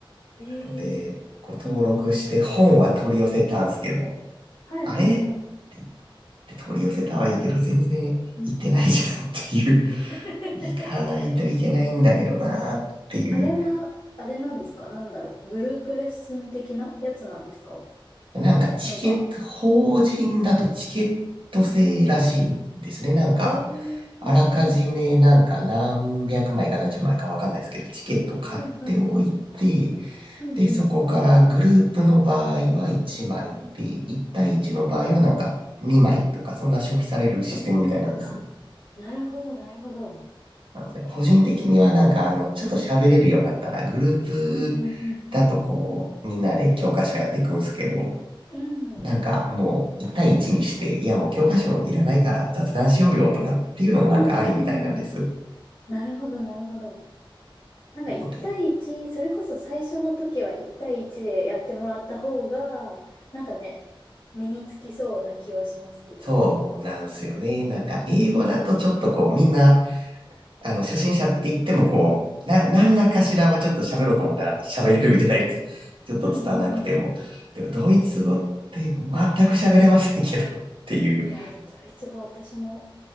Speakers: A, on the left (about 70°); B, on the right (about 70°).
A: ええ
B: ので、こう登録して本は取り寄せたんすけど、
A: うんうんうん。はいはいはい。
B: あれって言って取り寄せたはいいけど、全然行ってないじゃんっていう、
A: うん。
B: <laughs>
A: <laughs>
B: 行かないといけないんだけどなっていう。
A: あれは、あれなんですかなんだろう。グループレッスン的なやつなんですか
B: なんかチケット、
A: の場。
B: 法人だとチケット制らしいんですね。
A: うんうん。
B: なんか、
A: へえ、
B: あらかじめなんか何百枚か何十枚かわかんないですけど、
A: なるほど。
B: チケット買っておいて、
A: はいはいはい。うんうん。
B: で、そこからグループの場合は1枚で、1対1の場合はなんか2枚とか、そんな消費されるシステムみたいなんです。
A: へえ、あ、なるほどなるほど。
B: なので、個人的にはなんかあの、ちょっと喋れるようになったら、
A: うん。
B: グループ
A: うんうんうん。
B: だとこう、みんなで教科書やっていくんですけど、
A: うん。うん
B: なんかもう1対1にして、いやもう教科書いらないから雑談しようよとかっていうのもなんかありみたいなんです。
A: うんうんうんうんうん。なるほど、なるほど。なんか1対1、
B: なので、
A: それこそ最初の時は1対1でやってもらった方が、なんかね、身につきそうな気はしますけどね。
B: そうなんですよね。なんか英語だとちょっとこうみんな
A: うん。
B: あの、初心者って言ってもこう、な、何らかしらはちょっと喋ろうと思ったら喋れるじゃないですか。
A: うんうんうん。
B: <laughs> ちょっと伝わなくても。
A: うんうんうんうん。
B: でも、
A: はいはいはい。
B: ドイツ語って全く喋れませんけどっていう。
A: いやー、ドイツ語私も